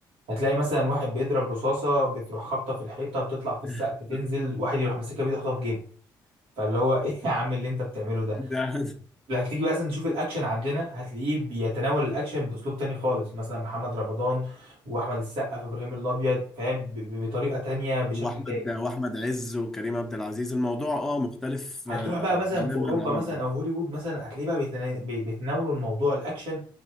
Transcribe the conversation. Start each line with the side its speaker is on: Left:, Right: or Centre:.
Right: هتلاقي مثلا واحد بيضرب رصاصة بتروح خابطة في الحيطة بتطلع في السقف
Centre: <laughs>
Right: تنزل واحد يروح ماسكها بيده يحطها في جيبه فاللي هو <laughs> ايه يا عم اللي انت بتعمله ده
Centre: ده
Right: لو هتيجي بقى مثلا تشوف الاكشن عندنا هتلاقيه بيتناول الاكشن باسلوب تاني خالص مثلا محمد رمضان واحمد السقا في ابراهيم الابيض فاهم ب- ب- بطريقة تانية بشكل
Centre: واحمد
Right: تاني
Centre: واحمد عز وكريم عبد العزيز الموضوع اه مختلف
Right: هتروح
Centre: آه
Right: بقى مثلا
Centre: تماما
Right: في اوروبا
Centre: عنه
Right: مثلا او هوليوود مثلا هتلاقيه بقى بيتنا- بي- بيتناولوا الموضوع الاكشن